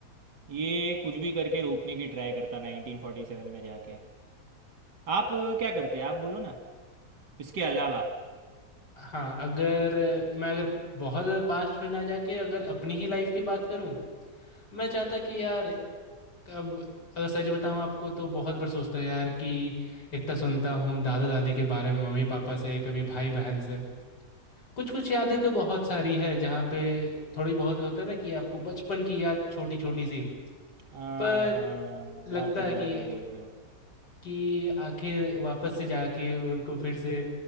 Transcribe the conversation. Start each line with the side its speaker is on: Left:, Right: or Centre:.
Right: ये कुछ भी करके रोकने की ट्राई करता 1947 में जाके आप अ, क्या करते आप बोलो ना इसके अलावा
Left: हाँ अगर मैं अगर बहुत ज़्यादा पास्ट में ना जाके अगर अपनी ही लाइफ की बात करूं मैं चाहता कि यार अब अगर सच बताऊं आपको तो बहुत बार सोचता यार कि इतना सुनता हूँ दादा दादी के बारे में मम्मी पापा से कभी भाई बहन से कुछ कुछ यादें तो बहुत सारी है जहाँ पे थोड़ी बहुत होता है ना कि आपको बचपन की याद छोटी छोटी सी
Right: हाँ
Left: पर
Right: हाँ
Left: लगता
Right: बात तो
Left: है
Right: बराबर
Left: कि
Right: बोल रहे हो
Left: कि आखिर वापस से जाके उनको फिर से